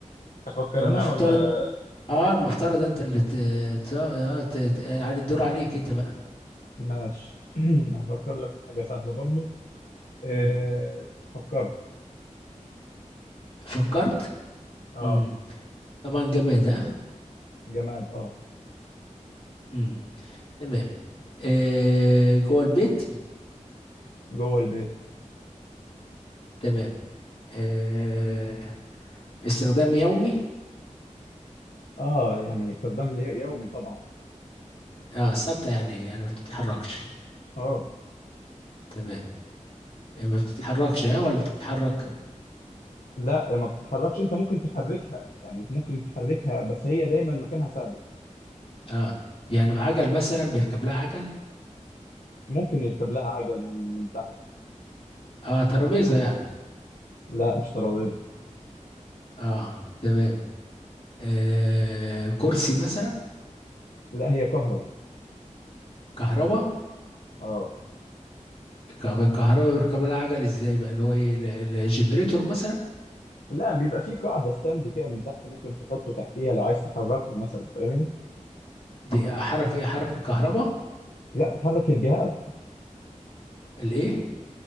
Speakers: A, on the left; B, on the left.
A: افكر
B: المفترض
A: انا ولا
B: اه المفترض انت اللي ت... ت... آه ت... ت... يعني الدور عليك انت بقى
A: ماشي <clears throat> هفكر لك في حاجة سهلة برضو إيه
B: مم.
A: فكرت
B: فكرت
A: اه
B: مم. طبعا جماد ها
A: جماد اه
B: امم تمام آه جوه البيت
A: جوه البيت
B: تمام آه استخدام يومي
A: اه يعني استخدام لي- يومي طبعا
B: اه ثابتة يعني يعني ما بتتحركش
A: اه
B: تمام آه، ما بتتحركش اه ولا بتتحرك
A: لا ما بتتحركش انت ممكن تحركها يعني ممكن تحركها بس هي دايما مكانها ثابت
B: اه يعني بعجل مثلا بيركب لها عجل
A: ممكن يركب لها عجل من من تحت
B: اه ترابيزة يعني
A: لا مش ترابيزة
B: اه تمام آه كرسي مثلا
A: لا هي كهرباء
B: كهرباء
A: اه
B: الكهرباء بيركب لها عجل ازاي بقى اللي هو ايه ال- ال- الجنريتور مثلا
A: لا بيبقى في قاعدة ستاند كده من تحت ممكن تحطه تحتيها لو عايز تحركها مثلا فاهمني
B: دي حركة ايه حركة كهرباء
A: لا تحرك الجهاز
B: الايه